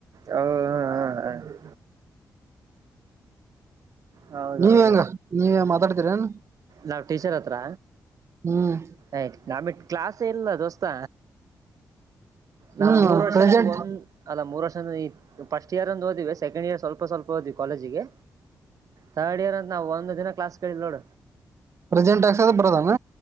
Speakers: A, on the right; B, on the right.
A: ಹೌ ಹಾ ಹಾ ಹ ಹೌದೌದ
B: ನೀವ್ ಹೆಂಗ ನೀವೇ ಮಾತಾಡ್ತೀರೇನ್
A: ನಾವ್ ಟೀಚರ್ ಹತ್ರ
B: ಹ್ಮ್
A: ಆಯ್ತು ನಿ ಕ್ಲಾಸ್ ಇಲ್ಲಿಲ್ಲ ದೋಸ್ತ್ ನಾ
B: ಹ್ಮ್
A: ಮೂರ್ ವರ್ಷ
B: ಪ್ರೆಸೆಂಟ್
A: ಆಯ್ತು ಒಂದ ಅಲ್ಲ ಮೂರ್ ವರ್ಷ ಫಸ್ಟ್ ಇಯರ್ ಅಂದ ಹೋದವ ಸೆಕೆಂಡ್ ಇಯರ್ ಸ್ವಲ್ಪ ಸ್ವಲ್ಪ ಹೋದ್ವಿ ಕಾಲೇಜಿಗೆ ತಥರ್ಡ್ ಇಯರ್ ಅಂದ ನಾವು ಒಂದು ಅನ ಕ್ಲಾಸ್ ಕಿ ನೋಡ
B: ಪ್ರೆಸೆಂಟ್ ಆಗ್ಕ್ಸದ ಬರೋದಂಗ